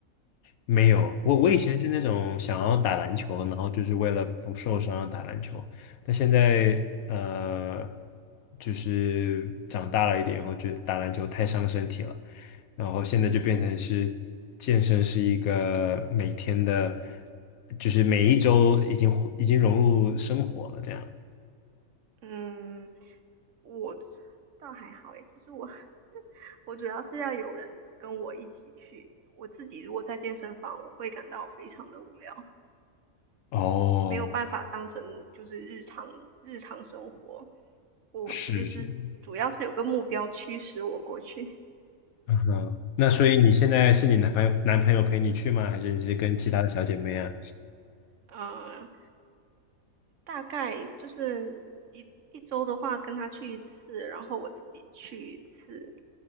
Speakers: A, on the left; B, on the right.
A: 没有，我我以前是那种想要打篮球，然后就是为了不受伤打篮球，但现在呃，就是长大了一点以后，觉得打篮球太伤身体了，然后现在就变成是健身是一个每天的，就是每一周已经已经融入生活了这样。
B: 嗯，我倒还好诶，其实我 <laughs> 我主要是要有人跟我一起去。我自己如果在健身房，我会感到非常的无聊，
A: 哦，
B: 没有办法当成就是日常日常生活。我其实主要是有个目标驱使我过去，
A: 是是，嗯哼，那所以你现在是你男朋友男朋友陪你去吗？还是你是跟其他的小姐妹啊？
B: 嗯、大概就是一一周的话，跟他去一次，然后我自己去一次，